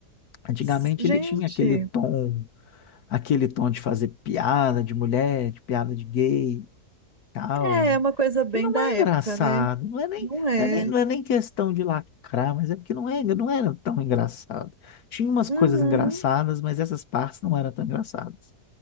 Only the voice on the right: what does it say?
S- Gente.
É, é uma coisa bem
da
época,
né?
Não é.
Uhum,